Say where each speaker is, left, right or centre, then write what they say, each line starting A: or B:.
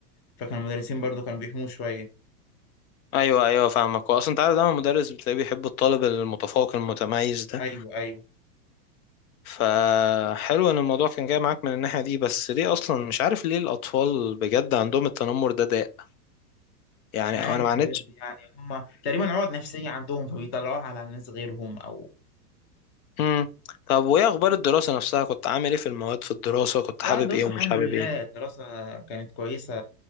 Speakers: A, on the left; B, on the left.
A: فكان المدرسين برضو كانوا بيحموه شوية
B: ايوه ايوه فاهمك واصلا انت عارف دايما المدرس بتلاقيه بيحب الطالب المتفوق المتميز
A: بالظبط.
B: ده
A: أيوه أيوه
B: فحلو ان الموضوع كان جاي معاك من الناحية دي بس ليه اصلا مش عارف ليه الاطفال بجد عندهم التنمر ده داء يعني
A: مش عارف
B: انا ما
A: بجد
B: عانيتش
A: يعني هم تقريبا عقد نفسية عندهم فبيطلعوها على الناس غيرهم أو
B: امم طب وايه اخبار الدراسة نفسها كنت عامل ايه في المواد في الدراسة كنت حابب
A: لا الدراسة
B: ايه ومش
A: الحمد
B: حابب
A: لله
B: ايه
A: الدراسة كانت كويسة